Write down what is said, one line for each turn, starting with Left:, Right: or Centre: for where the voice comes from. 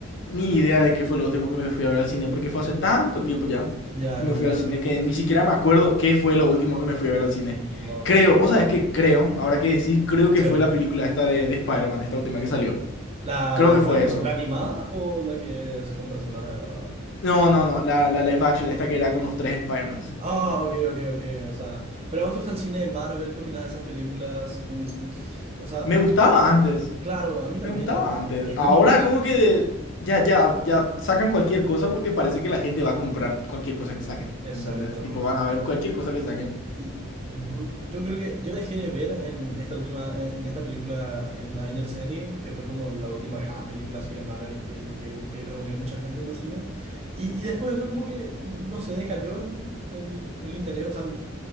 Left: ni idea de qué fue lo último que me fui a ver al cine, porque fue hace tanto tiempo ya
Right: Ya,
Left: que
Right: ya,
Left: me fui
Right: ya.
Left: al cine que ni siquiera me acuerdo qué fue lo último que me fui a ver al cine.
Right: Bueno,
Left: Creo, vos sabés que creo, ahora que decís, creo que
Right: sí.
Left: fue la película esta de, de Spider-Man, esta última que salió.
Right: La,
Left: Creo
Right: la de
Left: que
Right: Spider-Man,
Left: fue eso.
Right: ¿la animada o la que es con personajes de verdad?
Left: No, no, no, la, la live action, esta que era con los tres Spider-Mans.
Right: Ah, ok, ok, ok. O sea, pero a vos te gusta el cine de Marvel, ¿qué opinas de esas películas? Mm, mm, O sea,
Left: Me gustaba antes,
Right: claro, a mí
Left: me
Right: también
Left: gustaba
Right: en,
Left: antes.
Right: en
Left: Ahora
Right: un inicio.
Left: como que ya, ya, ya sacan cualquier cosa porque parece que la gente va a comprar cualquier cosa que saquen,
Right: Exacto.
Left: ¿entendés? Tipo, van a ver cualquier cosa que saquen.
Right: Y ujú, yo creo que yo dejé de ver en esta última, en en esta película, en Avengers Endgame, que fue como la última gran película así de Marvel que, que hubo, que reunió mucha gente en los cines. Y, y después de eso como que, no sé, decayó el, el, el interés, o sea,